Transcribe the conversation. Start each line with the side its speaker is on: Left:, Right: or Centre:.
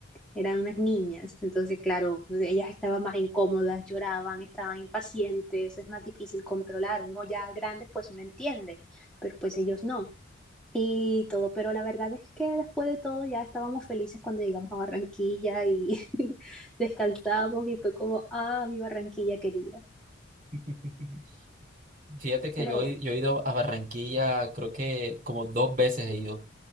Centre: Eran unas niñas, entonces claro, pues, ellas estaban más incómodas, lloraban, estaban impacientes, es más difícil controlar. Uno ya grande pues uno entiende, pero pues ellos no y todo, pero la verdad es que después de todo ya estábamos felices cuando llegamos a Barranquilla y <laughs> descansamos y fue como, ah, mi Barranquilla querida.
Right: <laughs> Fíjate que
Centre: Pero
Right: yo, he- yo he ido a Barranquilla, creo que como dos veces he ido.